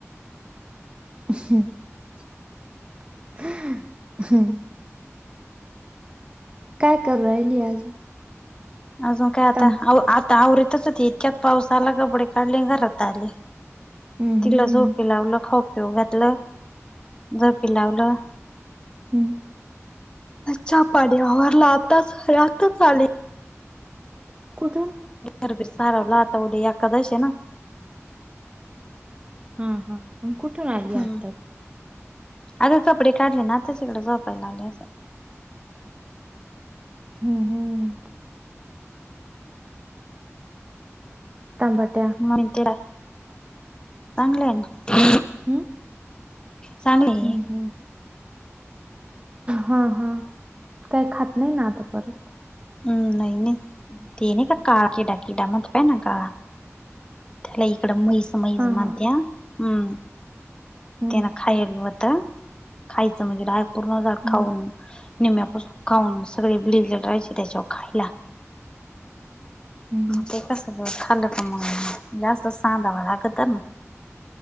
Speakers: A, on the right; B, on the left.
A: <inaudible> काय करु राह्यली आज.
B: अजून काय आता.
A: तम
B: आता आवरीतच होती, इतक्यात पाऊस आला. कपडे काढले न घरात आले.
A: हम्म, हम्म,
B: तिला झोपी लावलं, खाऊपिऊ घातलं, झोपी लावलं.
A: हूं.
B: चा पाणी आवरलं आताच. हे आताच आले.
A: कुठं?
B: घरबीर सारावलं. आता उद्या एकादशयं ना.
A: हां हां, मग कुठून आली
B: हम्म
A: आत्ता.
B: अगं कपडे काढले ना, तेच इकडं झोपायला आली आसंन.
A: हुं हुं हुं. तंबाट.
B: मग तेला चांगलंय ना.
A: ऊं?
B: चांगले आहे
A: हूं हूं. हा हा, काही खात नाही ना आता परत?
B: ऊं, नाई नाई. ते नाय का काळा किडा, किडा म्हणता ना काळा. त्याला इकड मैस मैस
A: हा
B: मनत्यान.
A: हा
B: हं! त्यानं
A: हम्म
B: खायलं होतं. तं, खायचं म्हणजे, झाड पूर्ण झाड
A: हम्म
B: खाऊन निम्म्यापासून खाऊन सगळे <unintelligible> राह्यचे त्याच्यावर खायला.
A: हम्म
B: ते तसंखाल्लं तं मग, जास्तच सांधावं लागतं ना.